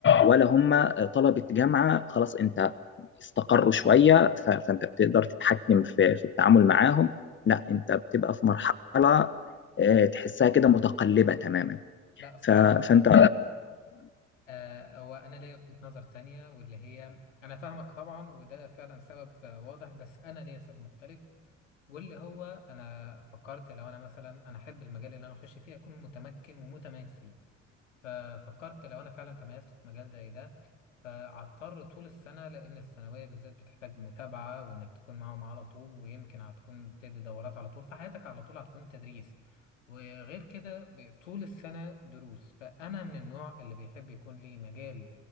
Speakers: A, on the left (about 30°); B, on the left (about 75°).
A: ولا هم طلبة جامعة خلاص أنت استقروا شوية ف- فأنت بتقدر تتحكم في في التعامل معاهم لا أنت بتبقى في مرحلة آه، تحسها كده متقلبة تماما
B: لا صراحه
A: ف- فأنت
B: آه، هو انا ليا وجهه نظر تانية واللي هي انا فاهمك طبعا وده فعلا سبب آه، واضح بس انا ليا سبب مختلف واللي هو انا فكرت لو انا مثلا انا احب المجال اللي انا اخش فيه اكون متمكن ومتميز فيه ففكرت لو انا فعلا تميزت في مجال زي ده فهضطر طول السنه لان الثانويه بالذات بتحتاج متابعه وانك تكون معاهم على طول ويمكن هتكون تدي دورات على طول فحياتك على طول هتكون تدريس وغير كده ب- طول السنه دروس فانا من النوع اللي بيحب يكون لي مجال